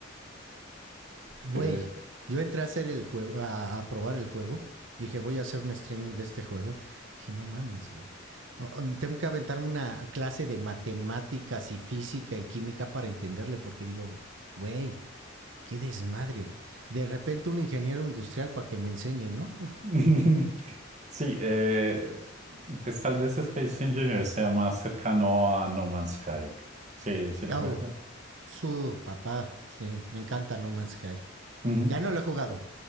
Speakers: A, on the right (about 70°); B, on the right (about 35°).
A: Güey,
B: Eh,
A: yo entré a hacer el juego, a, a probar el juego. Dije, voy a hacer un streaming de este juego. Dije, no mames, güey. Oh, um, Tengo que aventarme una clase de matemáticas y física y química para entenderle, porque digo, güey, qué desmadre. De repente un ingeniero industrial para que me enseñe, ¿no?
B: <laughs> Sí, eh, pues tal vez Space Engineer sea más cercano a No Man's Sky. Sí, sí lo
A: Oh,
B: jugaste.
A: su papá, sí, me encanta No Man's Sky.
B: Ujú.
A: Ya no lo he jugado,